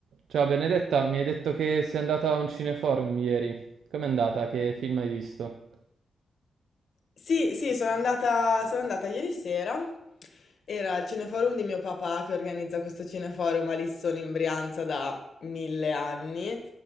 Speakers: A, on the right (about 85°); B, on the left (about 65°).
A: Ciao Benedetta, mi hai detto che sei andata a un cineforum ieri. Com'è andata? Che film hai visto?
B: Sì, sì, sono andata, sono andata ieri sera. Era il cineforum di mio papà che organizza questo cineforum a Lissone in Brianza da mille anni.